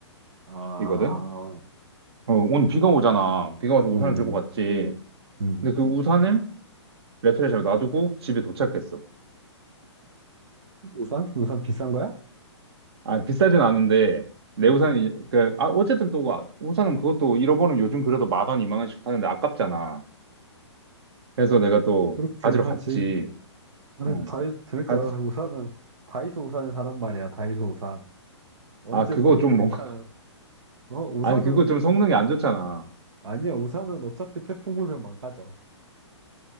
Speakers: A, on the right; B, on the right.
A: 아,
B: 곳이거든. 어, 오늘 비가 오잖아. 비가 와서 우산을
A: 응,
B: 들고 갔지. 음,
A: 응.
B: 근데 그 우산을 레프레샵에 놔두고 집에 도착했어.
A: 우산? 우산 비싼 거야?
B: 아, 비싸진 않은데, 내
A: 응,
B: 우산이, 그, 아, 어쨌든 또, 아, 우산은 그것도 잃어버리면 요즘 그래도 만 원, 이만 원씩 하는데 아깝잖아. 그래서 내가 또
A: 그렇긴
B: 가지러
A: 하지.
B: 갔지.
A: 아니,
B: 응.
A: 다이, 그러니까
B: 가-
A: 우산은, 다이소 우산을 사란 말이야, 다이소 우산. 언제
B: 아, 그거
A: 버려도
B: 좀
A: 괜찮아.
B: 뭔가,
A: 어, 우산은,
B: 아니, 그거 좀 성능이 안 좋잖아.
A: 아니야, 우산은 어차피 태풍 불면 망가져.